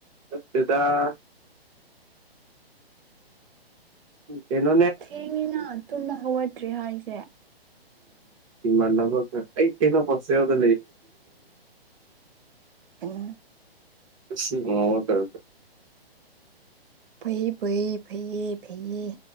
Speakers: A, on the right (about 30°); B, on the right (about 60°).
A: ꯁꯗ ꯎ
B: ꯌꯥꯝ ꯊꯦꯡꯉꯤꯅ ꯇꯨꯝꯕ ꯍꯧꯒꯠꯇ꯭ꯔꯤ ꯍꯥꯏꯁꯦ
A: ꯎꯝꯃꯅ ꯑꯩ ꯇꯦ ꯐꯁꯦ ꯌꯎꯗꯦ
B: ꯎꯝ
A: ꯇ
B: ꯐꯩ ꯐꯩ ꯐꯩ ꯐꯩ